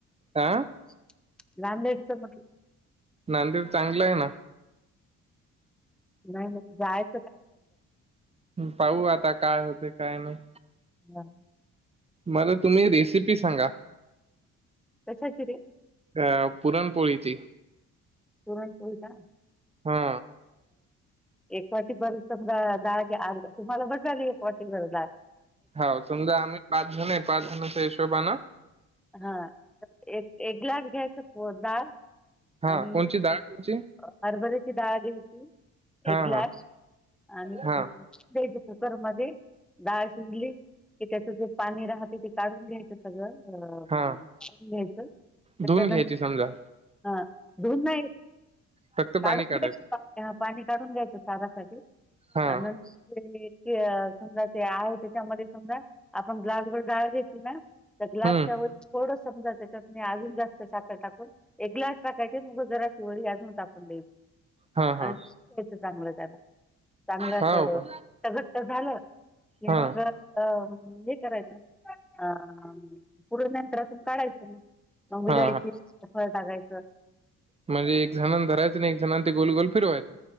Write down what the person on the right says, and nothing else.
हा
नामदेव चांगलं हे ना.
पाहू आता काय होते काय नाही.
मला तुम्ही रेसिपी सांगा.
अ पुरणपोळीची.
हा
हाव समजा आम्ही पाच जण आहे पाच जणाचा हिशाबाना
हा
कोणची डाळ
कोणची
हा
हा
हा
हा
धुवून घ्यायची समजा
फक्त
पाणी काढायचं.
हा
हम्म
हा
हा
हा
हो का
हा
हा हा
म्हणजे एक जणां धरायचं आणि एक जणां ते गोलगोल फिरवायचं.